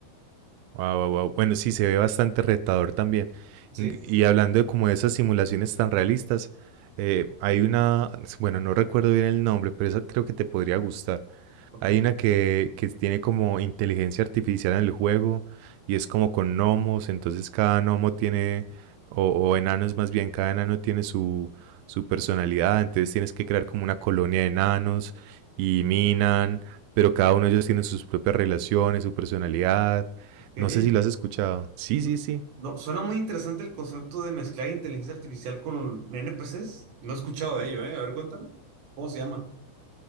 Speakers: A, on the right (about 85°); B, on the right (about 60°).
A: Wow, wow, wow. Bueno, sí, se ve bastante retador también.
B: Sí,
A: Y y hablando de como esas simulaciones tan realistas, eh, hay una, bueno, no recuerdo bien el nombre, pero esa creo que te podría gustar.
B: ok.
A: Hay una que, que tiene como inteligencia artificial en el juego y es como con gnomos, entonces cada gnomo tiene, o, o enanos más bien, cada enano tiene su, su personalidad, entonces tienes que crear como una colonia de enanos y minan, pero cada uno de ellos tiene sus propias relaciones, su personalidad.
B: ok.
A: No sé si lo has escuchado. Sí,
B: No,
A: sí, sí.
B: no, suena muy interesante el concepto de mezclar inteligencia artificial con NPCs. No he escuchado de ello, ¿eh? A ver, cuéntame. ¿Cómo se llama?